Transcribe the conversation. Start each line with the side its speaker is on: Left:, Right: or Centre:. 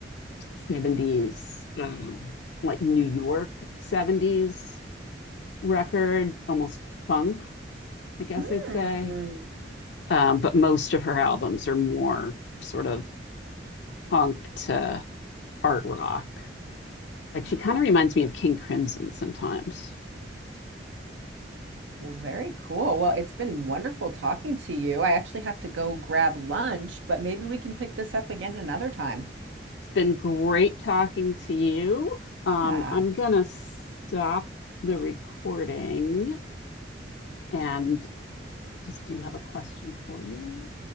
Left: 70s, um, like New York 70s record, almost funk, I guess
Right: Mm.
Left: I'd say. Um, but most of her albums are more sort of punk to art rock. Like
Right: Oh,
Left: she kind of reminds
Right: okay.
Left: me of King Crimson sometimes.
Right: Well, very cool. Well, it's been wonderful talking to you. I actually have to go grab lunch, but maybe we can pick this up again another time.
Left: It's been great talking to you. Um,
Right: Yeah.
Left: I'm gonna stop the recording and just do have a question for you.